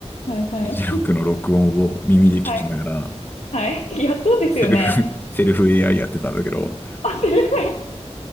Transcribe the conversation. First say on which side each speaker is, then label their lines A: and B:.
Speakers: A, on the left; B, on the left.
A: はいはい。
B: 議事録の録音を耳で聞きながら、
A: はいはい。いや、そうですよね。
B: セルフ、セルフ AI やってたんだけど、
A: あ、セルフ、